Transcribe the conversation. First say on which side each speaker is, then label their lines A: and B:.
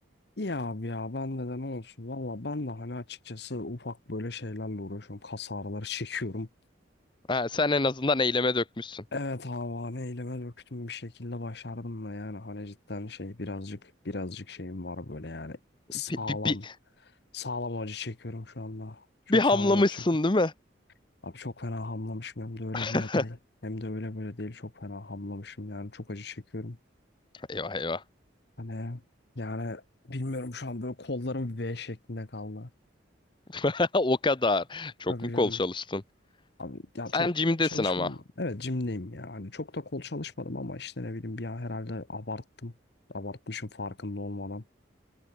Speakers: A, on the left (about 55°); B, on the left (about 25°).
A: İyi abi ya ben de de ne olsun. Valla ben de hani açıkçası ufak böyle şeylerle uğraşıyorum. Kas ağrıları <laughs> çekiyorum.
B: Ha, sen en azından eyleme dökmüşsün.
A: Evet abi hani elime döktüm bir şekilde başardım da yani hani cidden şey birazcık birazcık şeyim var böyle yani sağlam
B: Bir, bir, bir,
A: sağlam acı çekiyorum şu anda. Çok
B: bir hamlamışsın
A: sağlam acı çekiyorum.
B: değil mi?
A: Abi çok fena hamlamışım hem de öyle
B: <laughs>
A: böyle değil. Hem de öyle böyle değil çok fena hamlamışım yani çok acı çekiyorum.
B: Eyvah eyvah.
A: Hani yani bilmiyorum şu an böyle kollarım V şeklinde kaldı.
B: <laughs> O kadar. Çok
A: Tabii
B: mu
A: canım.
B: kol çalıştın?
A: Abi ya
B: Sen
A: çok da
B: jimdesin
A: kol çalışmadım.
B: ama.
A: Evet jimdeyim ya. Hani çok da kol çalışmadım ama işte ne bileyim bir an herhalde abarttım. Abartmışım farkında olmadan.